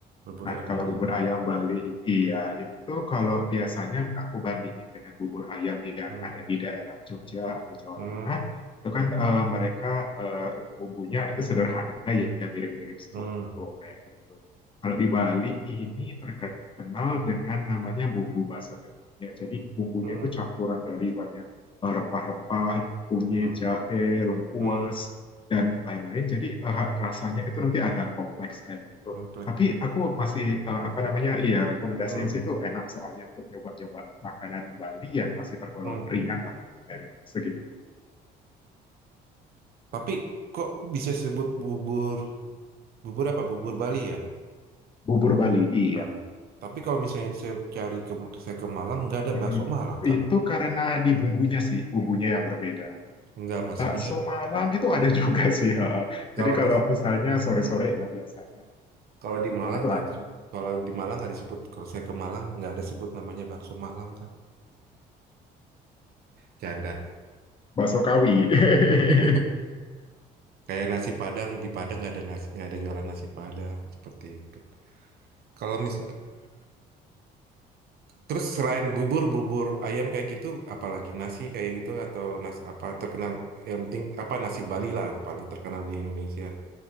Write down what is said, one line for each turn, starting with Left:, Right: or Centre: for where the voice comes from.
Right: Bubur
Left: Nah,
Right: ayam
Left: kalau
Right: Bali.
Left: bubur ayam Bali, iya itu kalau biasanya aku bandingin dengan bubur ayam yang
Right: Hmm,
Left: ada di daerah Jogja atau Jawa
Right: hmm,
Left: Tengah, itu kan eh, mereka eh, bumbunya itu sederhana ya ya mirip-mirip soto
Right: hmm.
Left: kayak gitu. Kalau di Bali ini terkenal dengan namanya bumbu basah ya jadi bumbunya
Right: Hmm.
Left: itu campuran dari banyak eh, rempah-rempah kunyit
Right: Hmm,
Left: jahe lengkuas
Right: hmm,
Left: dan lain-lain jadi eh, rasanya itu nanti agak kompleks kayak gitu
Right: Komplek.
Left: tapi aku masih eh, apa namanya iya rekomendasiin
Right: Hmm,
Left: sih itu enak soalnya untuk nyoba-nyoba makanan Bali yang masih tergolong
Right: hmm.
Left: ringan lah untuk dari segi
Right: Tapi kok bisa sebut bubur bubur apa bubur Bali ya?
Left: bubur Bali iya
Right: Nah, tapi kalau misalnya saya cari ke saya ke Malang nggak ada
Left: Mm-mm.
Right: bakso Malang kan?
Left: itu karena di bumbunya sih bumbunya yang berbeda
Right: Nggak maksudnya
Left: bakso malam itu ada juga sih <laughs>
Right: kalau
Left: Jadi kalau
Right: di
Left: misalnya sore-sore
Right: hmm,
Left: ya biasanya
Right: kalau di Malang
Left: itu
Right: nggak
Left: ada.
Right: ada se- kalau di Malang nggak disebut kalau saya ke Malang nggak ada sebut namanya bakso Malang kan? Canda.
Left: bakso kawi. <laughs>
Right: <laughs> Kayak nasi Padang di Padang nggak ada nasi nggak ada jualan nasi Padang seperti itu. Kalau mis Terus selain bubur, bubur ayam kayak gitu, apalagi nasi kayak gitu atau nasi apa terkenal yang penting apa nasi Bali lah paling terkenal di Indonesia.